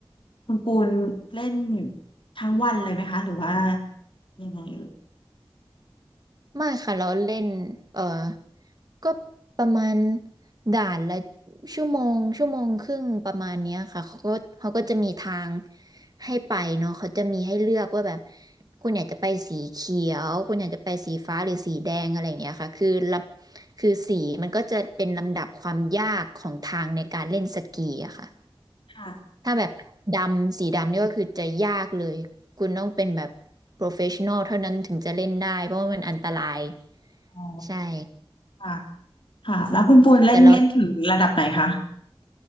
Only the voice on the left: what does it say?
คุณปูนเล่นทั้งวันเลยไหมคะหรือว่ายังไงเอ่ย
ค่ะ
อ๋อ
ค่ะค่ะแล้วคุณปูนเล่นเล่นถึงระดับไหนคะ